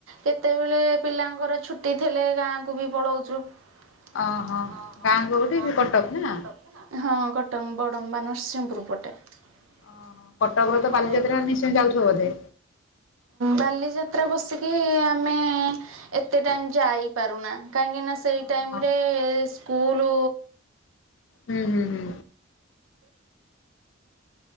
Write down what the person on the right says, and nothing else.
କେତେବେଳେ ପିଲାଙ୍କର ଛୁଟି ଥିଲେ ଗାଁ ଗାଁ କୁ ବି ପଳଉଚୁ ଅହ
ଗାଁ
କୋଉଠିକି
କଟକ କିନା। କଟଙ୍ଗ ବଡ଼ମ୍ବା ବା ନରସିଂପୁରପଟେ। <inaudible>
ବାଲିଯାତ୍ରା ବସିକ କି ଆମେ ଏତେ ଟାଇମ ଯାଇପାରୁନା କାହିଁକି ନା ସେଇ
ଟାଇମ୍ରରେ ସ୍କୁଲ